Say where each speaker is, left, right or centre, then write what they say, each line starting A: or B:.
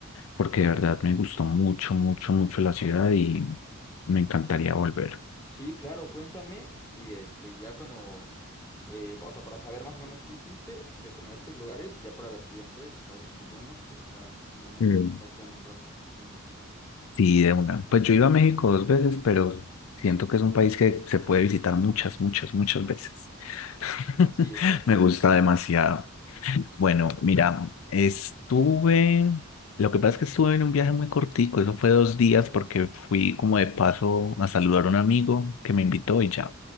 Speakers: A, on the left (about 65°); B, on the left (about 15°).
A: porque de verdad me gustó mucho, mucho, mucho la ciudad y me encantaría volver.
B: Sí, claro, cuéntame. Y este, ya cuando, eh, o sea, para saber más o menos qué hiciste, recomendarte lugares y ya para la siguiente, pues a ver si nos vemos y por acá andamos
A: Mm.
B: paseando un rato. Dime.
A: Sí, de una. Pues yo he ido a México dos veces, pero siento que es un país que se puede visitar muchas, muchas, muchas veces. <laughs>
B: Sí, exacto,
A: Me
B: exacto.
A: gusta demasiado. Bueno, mira, estuve, lo que pasa es que estuve en un viaje muy cortico, eso fue dos días porque fui como de paso a saludar a un amigo que me invitó y ya.